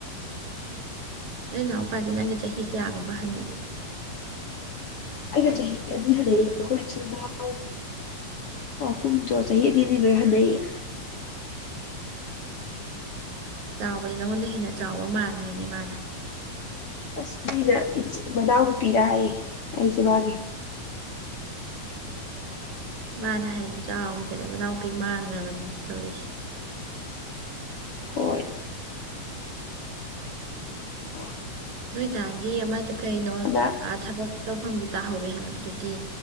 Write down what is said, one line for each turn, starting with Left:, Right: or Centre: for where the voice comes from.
Right: ꯅꯣꯏ ꯏꯅꯥꯎꯄꯥꯗꯤ ꯅꯪꯒ ꯆꯍꯤ ꯀꯌꯥꯒꯨꯝꯕ ꯍꯟꯅꯒꯦ
Left: ꯑꯒ ꯆꯍꯤ ꯑꯅꯤ ꯍꯟꯅꯩꯌꯦ ꯑꯩꯈꯣꯏ ꯏꯆꯤꯤꯟꯜꯅꯥꯎ ꯑꯍꯨꯝꯗꯣ ꯆꯍꯤ ꯑꯅꯤꯅꯤ ꯂꯣꯏ ꯍꯟꯅꯩꯌꯦ
Right: ꯆꯥꯎꯥꯎꯕꯗꯤ ꯅ ꯃꯣꯟꯦ ꯍꯦꯅ ꯆꯥꯎꯕ ꯃꯥꯟꯈ꯭ꯔꯦꯅꯦ ꯃꯥꯅ
Left: ꯑꯁ ꯃꯤꯅ ꯏ ꯃꯅꯥꯎꯗꯨ ꯄꯤꯔꯛꯑꯌꯦꯦ ꯑꯩꯁꯦ ꯃꯥꯒꯤ
Right: ꯃꯥꯅ ꯍꯦꯟꯅ ꯆꯥꯎꯈꯤꯗꯅ ꯃꯅꯥꯎꯄꯤ ꯃꯥꯟꯈ꯭ꯔꯕꯅꯤꯅ ꯇꯧꯔꯤꯁꯤꯦ
Left: ꯍꯣꯏ ꯎ
Right: ꯅꯣꯏ ꯇꯒꯤꯦ ꯌꯥꯝꯃꯗꯨ ꯀꯥꯏꯩꯅꯣ
Left: ꯑꯗ
Right: ꯑ ꯊꯕ ꯇꯧꯐꯝꯒꯤ ꯇꯥꯍꯧꯋꯦ ꯍꯥꯏꯕꯗꯨꯗꯤ